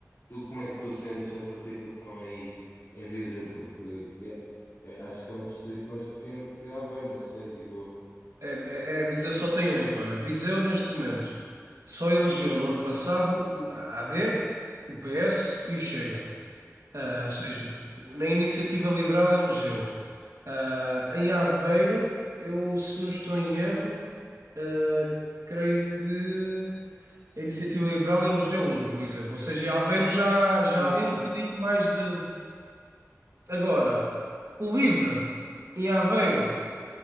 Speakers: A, on the left; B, on the right.
A: Tu, como é que tu sentes essa situação aí em Viseu? Porque yeah, é, acho que é um distrito mais pequeno que Aveiro, não sei, digo eu.
B: É, é- é- Viseu só tem oito. Olha, Viseu neste momento só elegeu no ano passado o AD, o PS e o Chega. Ah,
A: Ok.
B: ou seja, na Iniciativa Liberal elegeu. Ah, em Aveiro, eu, se não estou em erro, ah, creio que a Iniciativa Liberal elegeu um, por exemplo. Ou seja, Aveiro já, já
A: Sim,
B: há
A: sim.
B: ali um bocadinho mais de, Agora, o livre em Aveiro